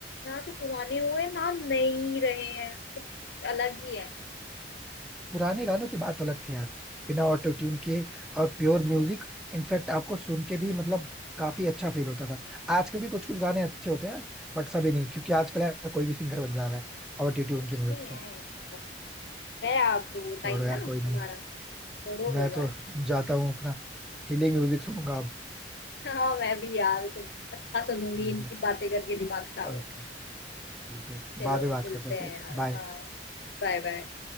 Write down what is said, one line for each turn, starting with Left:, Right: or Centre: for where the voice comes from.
Left: ना तो पुराने हुए ना नहीं रहे हैं तो अलग ही है
Centre: पुराने गानों की बात अलग थी यार बिना ऑटो ट्यून के और प्योर
Left: बस
Centre: म्यूजिक
Left: यार
Centre: इनफैक्ट आपको सुन के भी मतलब काफी अच्छा फील होता था आजकल भी कुछ कुछ गाने अच्छे होते हैं बट सभी नहीं क्योंकि आजकल यार कोई भी सिंगर बन जा रहा है ऑटो ट्यून
Left: कुछ
Centre: की मदद
Left: नहीं
Centre: से
Left: है यार बस गया आप तो वो
Centre: छोड़ो
Left: टाइम
Centre: यार
Left: ना हमारा
Centre: कोई नहीं है
Left: छोड़ो
Centre: मैं
Left: कोई बात
Centre: तो जाता हूँ अपना हीलिंग म्यूजिक सुनूंगा अब
Left: नहीं <laughs> हाँ मैं भी यार कुछ अच्छा सुनूंगी
Centre: ठीक
Left: इनकी
Centre: है
Left: बातें करके दिमाग खराब
Centre: ओके
Left: हो गया
Centre: ठीक है
Left: चलो
Centre: बाद में बात
Left: मिलते
Centre: करते
Left: हैं
Centre: हैं
Left: यार
Centre: बाय
Left: हाँ Bye bye